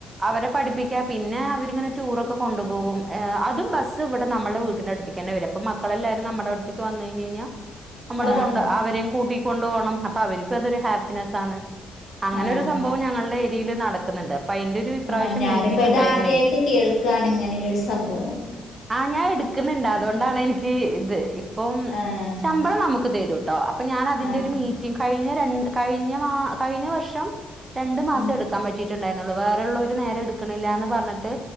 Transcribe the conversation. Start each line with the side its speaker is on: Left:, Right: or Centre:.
Right: അവരെ പഠിപ്പിക്ക പിന്നെ അവരിങ്ങനെ ടൂറൊക്കെ കൊണ്ടുപോകും ഏ അതും ബസ് ഇവിടെ നമ്മുടെ വീട്ടിൻ്റടുത്തേക്കന്നേ വര്യ ഇപ്പ മക്കളെല്ലാരും നമ്മട വിട്ത്ത്ക്ക് വന്ന് കഴിഞ്ഞ് കഴിഞ്ഞാ- നമ്മള്
Left: ആഹ്
Right: കൊണ്ട് അവരെയും കൂട്ടികൊണ്ടു പോണം അപ്പൊ അവരിക്കും അതൊരു ഹാപ്പിനെസ്സാണ്. അങ്ങനെ
Left: ആഹ്
Right: ഒരു സംഭവം ഞങ്ങളുടെ ഏരിയേല് നടക്കുന്നൊണ്ട്. ഇപ്പ അയിന്റൊരു ഇപ്രാവശ്യം
Left: ആഹ് ഞാനിപ്പ
Right: മീറ്റിംഗ്ണ്ടായിരുന്നേ
Left: ഇത് ആദ്യായിട്ട് കേൾക്കാണ് ഇങ്ങനെയുള്ളൊരു സംഭവം
Right: ആഹ് ഞാൻ എടുക്കുന്നെണ്ട് അതുകൊണ്ടാണെനിക്ക് ഇത് ഇപ്പം
Left: ആഹ്
Right: ശമ്പളം നമുക്ക് തരൂം. ട്ടോ അപ്പ ഞാനതിന്റെ
Left: ആഹ്
Right: ഒരു മീറ്റിം കഴിഞ്ഞ രണ്ട് കഴിഞ്ഞ മാ കഴിഞ്ഞ വർഷ് രണ്ടു മാസം
Left: ആഹ്
Right: എടുക്കാൻ പറ്റിയിട്ടുണ്ടായിരുന്നൊള്ളു വേറെള്ളോര് നേരെ എടുക്കണില്ലാന്ന് പറഞ്ഞിട്ട്